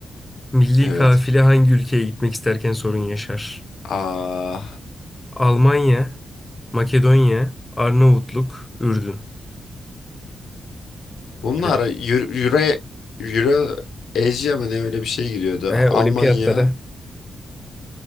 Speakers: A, on the left; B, on the left.
A: milli
B: Evet.
A: kafile hangi ülkeye gitmek isterken sorun yaşar?
B: Aa,
A: Almanya, Makedonya, Arnavutluk, Ürdün.
B: bunlar
A: Hadi bakalım.
B: Euro, Euro, Euro Asia mı ne öyle bir şey giriyordu.
A: E,
B: Almanya,
A: olimpiyatlara.